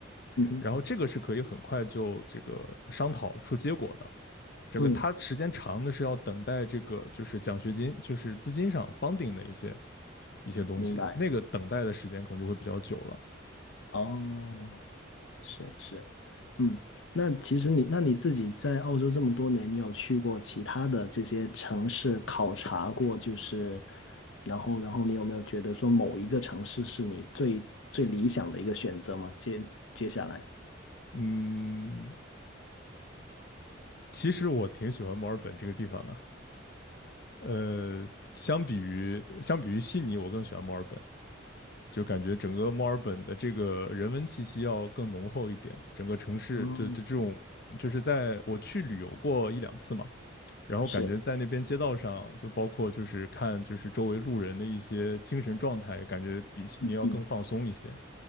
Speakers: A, on the left; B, on the left.
A: 嗯哼
B: 然后这个是可以很快就这个商讨出结果的。这个他时间长的是要等待这个就是奖学金，
A: 嗯，
B: 就是资金上 funding 的一些一些东西，
A: 明白。
B: 那个等待的时间可能就会比较久了。
A: 哦，是是，嗯，那其实你，那你自己在澳洲这么多年，你有去过其他的这些城市考察过，就是，然后，然后你有没有觉得说某一个城市是你最最理想的一个选择吗？接接下来，
B: 嗯，其实我挺喜欢墨尔本这个地方的。呃，相比于相比于悉尼，我更喜欢墨尔本，就感觉整个墨尔本的这个人文气息要更浓厚一点。整个城市就就这种，
A: 哦，
B: 就是在我去旅游过一两次嘛，然后感觉在那边街道上，
A: 是，
B: 就包括就是看就是周围路人的一些精神状态，感觉比悉尼要更放松一些。
A: 嗯，